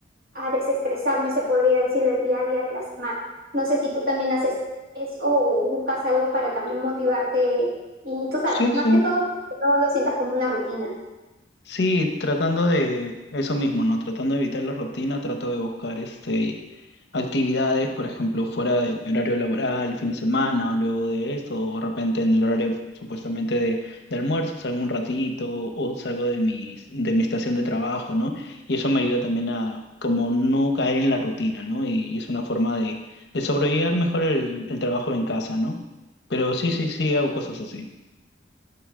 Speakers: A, on the right; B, on the left.
A: a desestresarme, se podría decir, del día a día de la semana. No sé si tú también haces eso o buscas algo para también motivarte y tú sabes,
B: Sí,
A: más
B: sí.
A: que todo, no lo sientas como una rutina.
B: Sí, tratando de eso mismo, ¿no? Tratando de evitar la rutina, trato de buscar este actividades, por ejemplo, fuera de mi horario laboral, el fin de semana, o luego de esto, o de repente en el horario supuestamente de, de almuerzo, salgo un ratito, o salgo de mi, de mi estación de trabajo, ¿no? Y eso me ayuda también a como no caer en la rutina, ¿no? Y es una forma de, de sobrellevar mejor el, el trabajo en casa, ¿no? Pero sí, sí, sí, hago cosas así.